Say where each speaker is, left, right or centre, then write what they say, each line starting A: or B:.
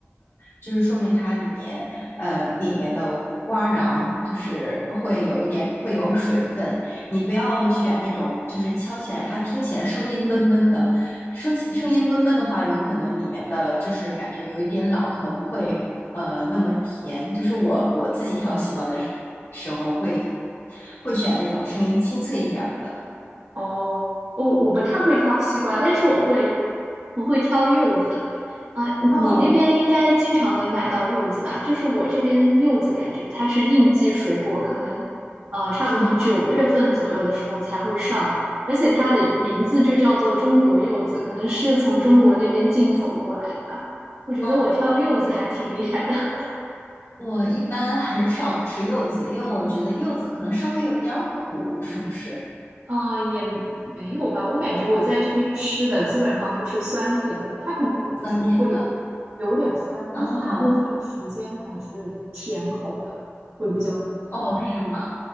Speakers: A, on the left (about 70°); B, on the right (about 55°).
A: 就是说明它里面呃里面的瓜瓤就是会有一点会有水分。你不要选那种就是敲起来它听起来声音闷闷的，声起声音闷闷的话，有可能里面的就是感觉有一点老，可能不会呃那么甜。就是我我自己挑西瓜的时时候会会选那种声音清脆一点儿的。
B: 哦，我我不太会挑西瓜，但是我会我会挑柚子。啊，你你那边应该经常能买到柚子吧？
A: 哦，
B: 就是我这边柚子感觉它是应季水果，可能呃差不多九月份左右的时候才会上，
A: 是吗？
B: 而且它的名字就叫做中国柚子，可能是从中国那边进口过来的吧。我觉得我挑柚子还挺厉害的。
A: 哦。我一般很少吃柚子，因为我觉得柚子可能稍微有一点儿苦，是不是
B: 呃，也没有吧。我感觉我在这边吃的基本上都是酸甜的，它可能有的时候会
A: 酸甜的？
B: 有点酸，
A: 哦
B: 但是大部分时间还是甜口的会比较多一点。
A: 哦，是吗？